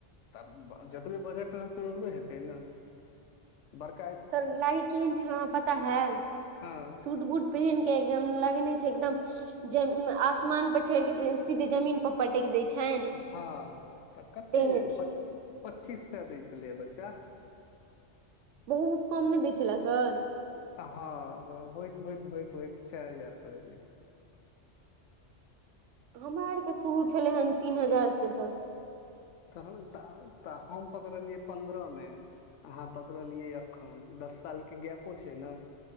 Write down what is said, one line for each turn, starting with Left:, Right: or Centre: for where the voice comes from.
Left: तब जतबे बजट रहतै ओतबे हेतै ने बड़काइ
Right: सर लागे केहन छल हँ पता हय
Left: हँ
Right: सूट बूट पहिन के एकदम लगेने छै एकदम आसमान पर चढ़ के सीधे जमीन प पटैकि दै छनि
Left: हँ तऽ कते
Right: तेहन
Left: प पच्चीस सए दै छलियै बच्चा
Right: बहुत कम नै दै छल सर
Left: हँ होयत होयत होयत होयत चारि हजार पड़ल एलए
Right: हमरा आरके शुरू छलै हेन तीन हजार से सर
Left: ह त तऽ हम पकरलियै पन्द्रह मे अहाँ पकड़लियै अखन दस साल के गैपो छै ने